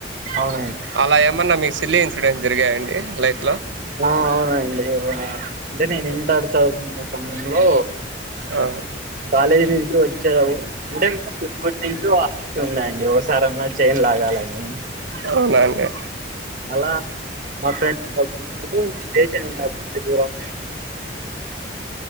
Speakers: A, on the right; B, on the right.
A: అవునండి
B: అల ఏమన్నా మీ సిల్లీ ఇన్సిడెట్స్ జరిగాయండి లైఫ్
A: ఆ అవునండి అంటే నేను ఇంటర్ చదువు సమయంలో
B: ఆ,
A: కాలేజీ నుంచి వచ్చే అంటే నుంచి ఉన్నాయండి ఒకసారి అన్న చైన్ లాగాలని
B: అవునండి
A: అలా మా ఫ్రెండ్స్ స్టేషన్ నాకు దూరం